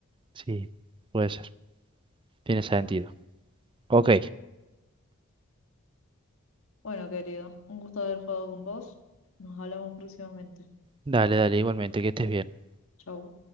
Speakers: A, on the right; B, on the left.
A: sí, puede ser. Tiene sentido. Ok,
B: Bueno, querido, un gusto haber jugado con vos. Nos hablamos próximamente.
A: dale, dale, igualmente, que estés bien.
B: Chau.